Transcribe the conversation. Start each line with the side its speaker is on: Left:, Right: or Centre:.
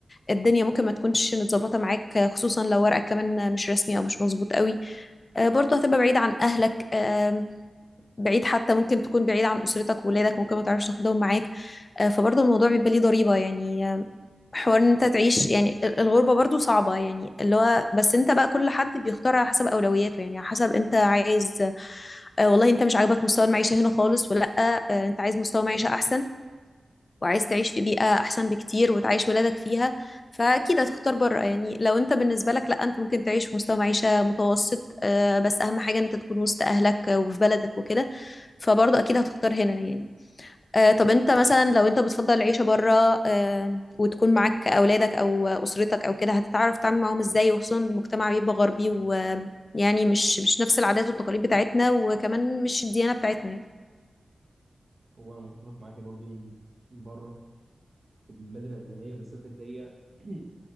Left: الدنيا ممكن ما تكونش متظبطة معاك آه، خصوصا لو ورقك كمان مش رسمي او مش مظبوط قوي آه، برضه هتبقى بعيد عن أهلك آم، بعيد حتى ممكن تكون بعيد عن أسرتك وولادك ممكن ما تعرفش تاخدهم معاك آه، فبرضه الموضوع بيبقى ليه ضريبة يعني آه، حوار ان انت تعيش يعني ال- الغربة برضه صعبة يعني اللي هو بس انت بقى كل حد بيختار على حسب أولوياته يعني على حسب انت عايز آه، والله انت مش عاجبك مستوى المعيشة هنا خالص ولا آه، انت عايز مستوى معيشة أحسن وعايز تعيش في بيئة أحسن بكتير وتعيش ولادك فيها فأكيد هتختار بره يعني لو أنت بالنسبة لك لأ أنت ممكن تعيش في مستوى معيشة متوسط آه، بس أهم حاجة إن أنت تكون وسط أهلك آه، وفي بلدك وكده فبرضه أكيد هتختار هنا يعني آه، طب أنت مثلا لو أنت بتفضل العيشة بره آه، وتكون معاك أولادك أو أسرتك أو كده هتتعرف تتعامل معاهم إزاي وخصوصا المجتمع بيبقى غربي ويعني مش مش نفس العادات والتقاليد بتاعتنا وكمان مش الديانة بتاعتنا يعني.
Right: هو أنا متفق معاك برضو إن بره في البلاد العلمانية بالذات اللي هي <clears throat>